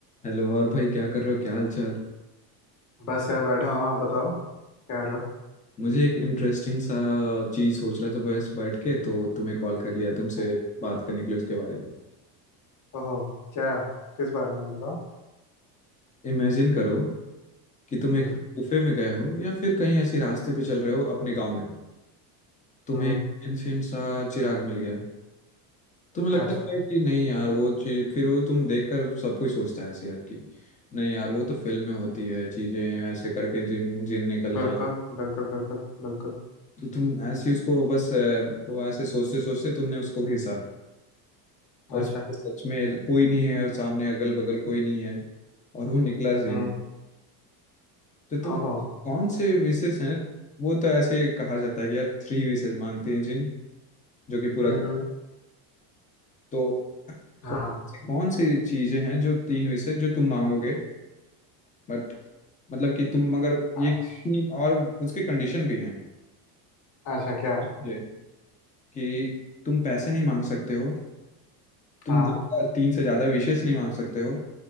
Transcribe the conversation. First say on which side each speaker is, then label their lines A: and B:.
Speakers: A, on the left (about 15°); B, on the left (about 40°).
A: हेलो और भाई क्या कर रहे हो क्या हाल चाल
B: बस यार बैठा हूँ आप बताओ क्या रहे हो
A: मुझे एक इंटरेस्टिंग सा चीज सोच रहा था बस बैठ के तो तुम्हें कॉल कर लिया तुमसे
B: अच्छा
A: बात करने के लिए उसके बारे में
B: ओहो क्या किस बारे में बताओ
A: इमेजिन करो कि तुम एक
B: हम्म
A: गुफे में गए हो या फिर कहीं ऐसी रास्ते पे चल रहे हो अपने गांव में तुम्हें
B: हम्म
A: एक एंशियंट सा चिराग मिल गया तुम्हें लगता
B: अच्छा
A: है भाई कि नहीं यार वो चीज फिर वो तुम देख कर सब कुछ सोचता है ऐसे यार कि नहीं यार वो तो फिल्म में होती है चीजें ऐसे करके जिन जिन निकलना
B: बिल्कुल
A: ही।
B: बिल्कुल बिल्कुल बिल्कुल
A: तो तुम ऐसे उसको बस अ, वो ऐसे सोचते सोचते तुमने उसको घिसा और
B: अच्छा
A: उस पे सच में कोई नहीं है और सामने अगल बगल कोई नहीं है और वो निकला जिन
B: हम्म
A: तो तुम
B: ओहो
A: कौन से विशेष हैं वो तो ऐसे कहा जाता है कि यार थ्री विशेष मांगते हैं जिन जो कि पूरा
B: हम्म
A: कर
B: हम्म,
A: तो
B: हाँ
A: कौन से कौन सी चीजें हैं जो तीन विशेष जो तुम मांगोगे बट मतलब कि तुम मगर ये
B: अच्छा
A: तीन और उसके कंडीशन भी हैं
B: अच्छा क्या
A: ठीक है कि तुम पैसे नहीं मांग सकते हो तुम
B: हाँ
A: ज्यादा- तीन से ज्यादा विशेष नहीं मांग सकते हो